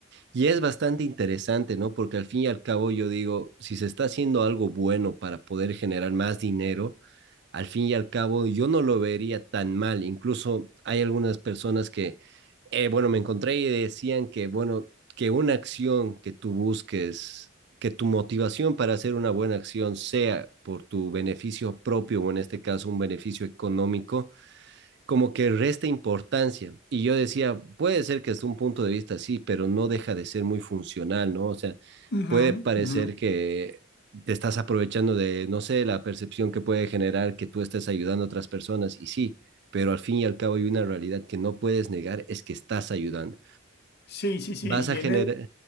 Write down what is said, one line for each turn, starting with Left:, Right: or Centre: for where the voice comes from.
Right: y es bastante interesante, ¿no? Porque al fin y al cabo yo digo, si se está haciendo algo bueno para poder generar más dinero, al fin y al cabo yo no lo vería tan mal. Incluso hay algunas personas que, eh, bueno, me encontré y decían que, bueno, que una acción que tú busques que tu motivación para hacer una buena acción sea por tu beneficio propio o en este caso un beneficio económico, como que resta importancia. Y yo decía, puede ser que desde un punto de vista sí, pero no deja de ser muy funcional, ¿no? O sea,
Left: Ujú,
Right: puede parecer
Left: ujú.
Right: que te estás aprovechando de, no sé, la percepción que puede generar que tú estés ayudando a otras personas, y sí, pero al fin y al cabo hay una realidad que no puedes negar, es que estás ayudando.
Left: Sí, sí, sí.
Right: Vas
Left: Y
Right: a
Left: en,
Right: generar,
Left: e-